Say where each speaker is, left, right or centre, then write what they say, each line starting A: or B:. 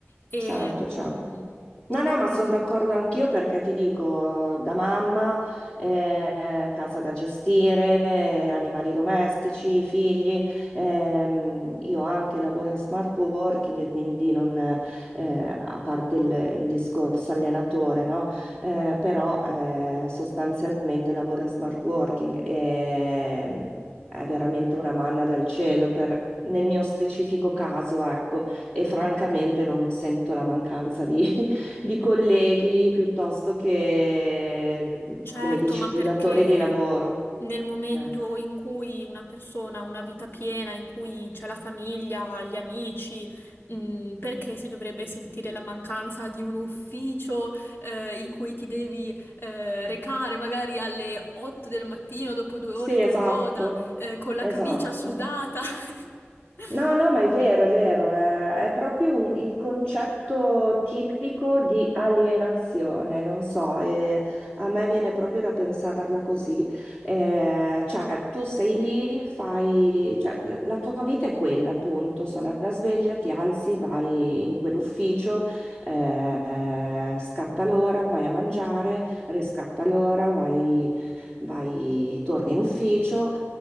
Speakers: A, on the left; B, on the left.
A: Ehm,
B: Certo, certo. No, no, ma sono
A: quindi,
B: d'accordo anch'io perché ti dico, da mamma, eh, casa da gestire, eh, animali domestici, figli, ehm, io anche lavoro in smart working e quindi non, eh, a parte il, il discorso allenatore, no? Eh, però eh, sostanzialmente lavoro in smart working e... ehm, È veramente una manna dal cielo per, nel mio specifico caso, ecco, e francamente non sento la mancanza di, <laughs> di colleghi piuttosto che,
A: certo,
B: come dici
A: ma
B: tu,
A: perché
B: datori di lavoro.
A: nel momento
B: Eh.
A: in cui una persona ha una vita piena, in cui c'è la famiglia, gli amici, mm, perché si dovrebbe sentire la mancanza di un ufficio, eh, in cui ti devi, eh, recare magari alle 8 del mattino dopo due
B: Sì,
A: ore di
B: esatto,
A: coda, eh, con la
B: esatto.
A: camicia sudata? <laughs>
B: No, no, ma è vero, è vero, è, è proprio un- il concetto tipico di alienazione, non so, eh, a me viene proprio da pensarla così. Eh, cioè, tu sei lì, fai, cioè, la, la tua vita è quella, appunto, sono alla sveglia, ti alzi, vai in quell'ufficio, eh, scatta l'ora, vai a mangiare, riscatta l'ora, vai, vai, torni in ufficio.